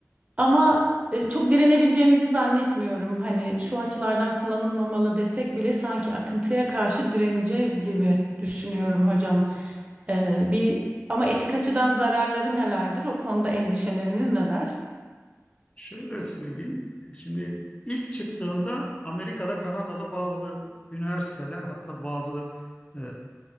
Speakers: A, on the right (about 25°); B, on the left (about 20°).
A: Ama e, Çok direnebileceğimizi zannetmiyorum. Hani şu açılardan kullanılmamalı desek bile sanki akıntıya karşı direneceğiz gibi düşünüyorum hocam. E, bir ama etik açıdan zararları nelerdir? O konuda endişeleriniz neler?
B: Şöyle söyleyeyim. Şimdi ilk çıktığında Amerika'da, Kanada'da bazı üniversiteler hatta bazı e,